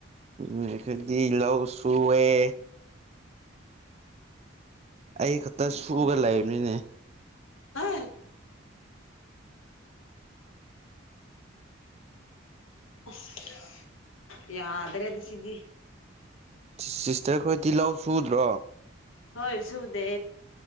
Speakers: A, on the right (about 30°); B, on the left (about 80°).
A: ꯑꯩꯈꯣꯏꯗꯤ ꯂꯧ ꯁꯨꯑꯦ꯫ ꯑꯩ ꯈꯛꯇ ꯁꯨꯒ
B: ꯑꯣ ꯃꯥꯏ
A: ꯂꯩꯕꯅꯤꯅꯦ
B: ꯒꯣꯠ ꯍꯩ ꯑꯁ ꯌꯥꯗ꯭ꯔꯦꯗ ꯁꯤꯗꯤ꯫
A: ꯁꯤꯁꯇꯔ ꯈꯣꯏꯗꯤ ꯂꯧ ꯁꯨꯗ꯭ꯔꯣ?
B: ꯍꯣꯏ ꯁꯨꯗꯦ